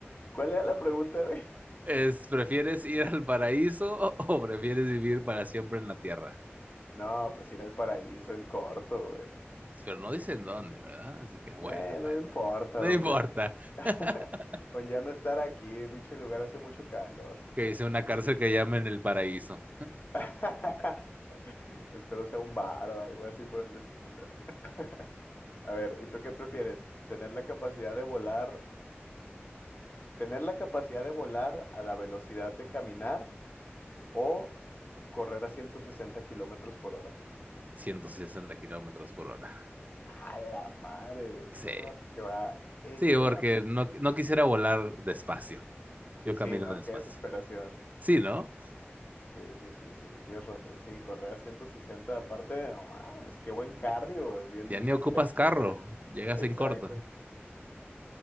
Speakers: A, on the left; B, on the right.
A: ¿Cuál era la pregunta, güey?
B: Es, ¿prefieres ir al paraíso <laughs> o, o prefieres vivir para siempre en la tierra?
A: No, pues ir al paraíso en corto, güey.
B: Pero no dicen dónde, ¿verdad? Así que bueno,
A: Eh,
B: bueno,
A: no me importa
B: no
A: dónde.
B: importa.
A: <laughs>
B: <laughs>
A: Con ya no estar aquí, pinche lugar hace mucho calor.
B: que es una cárcel que llaman El Paraíso.
A: <laughs> Espero sea un bar o algo así por el estilo. <laughs> A ver, ¿y tú qué prefieres? ¿Tener la capacidad de volar Tener la capacidad de volar a la velocidad de caminar o correr a ciento sesenta kilómetros por hora.
B: 160 kilómetros por hora.
A: A la madre, güey.
B: Sí.
A: Pinche vato que va hecho
B: Sí, porque
A: la.
B: no, no quisiera volar despacio. Yo
A: Sí,
B: camino
A: no,
B: despacio.
A: qué desesperación.
B: Sí, ¿no?
A: Sí, sí, sí, sí, tienes razón. Sí, correr a 160 aparte, no mames, qué buen cardio,
B: Ya-
A: güey, bien
B: Ya ni
A: esbelto.
B: ocupas carro.
A: casi.
B: Llegas
A: Exacto.
B: en corto.